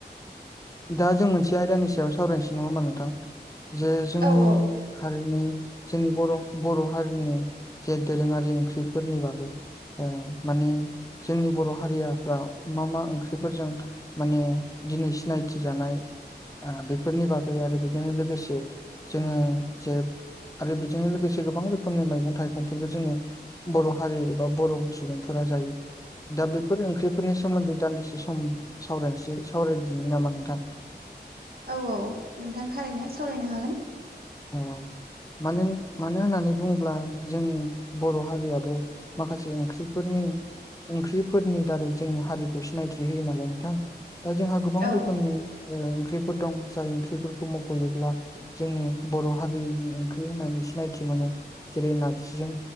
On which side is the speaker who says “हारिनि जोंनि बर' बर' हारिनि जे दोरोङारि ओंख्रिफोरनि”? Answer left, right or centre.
Left